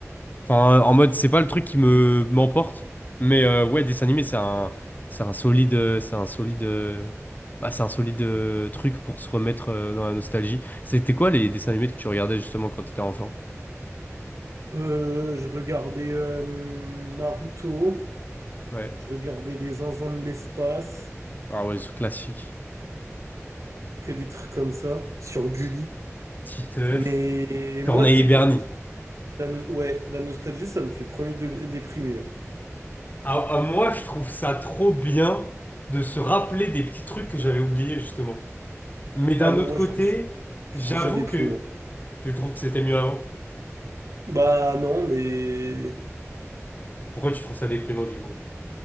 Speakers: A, on the left; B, on the right.
A: Enfin, euh, en mode, c'est pas le truc qui me m'emporte, mais euh, ouais, dessin animé, c'est un, c'est un solide, euh, c'est un solide, euh, bah, c'est un solide euh, truc pour se remettre euh, dans la nostalgie. C'était quoi les dessins animés que tu regardais justement quand t'étais enfant?
B: Euh, je regardais euh, Naruto,
A: Ouais,
B: je regardais Les Zinzins de l'espace,
A: ah ouais, c'est classique.
B: que des trucs comme ça, sur Gulli.
A: Ti- Titeuf,
B: Mais
A: Corneille
B: moi, tu sais
A: et Bernie.
B: que la, nos- la nos- ouais, la nostalgie, ça me fait premier degré déprimé. hein.
A: Ah, ah, moi, je trouve ça trop bien de se rappeler des petits trucs que j'avais oubliés justement. Mais d'un
B: Ah non,
A: autre
B: moi,
A: côté,
B: je trouve ça, je
A: j'avoue
B: trouve ça déprimant.
A: que tu trouves que c'était mieux avant.
B: Bah non, mais...
A: Pourquoi tu trouves ça déprimant du coup?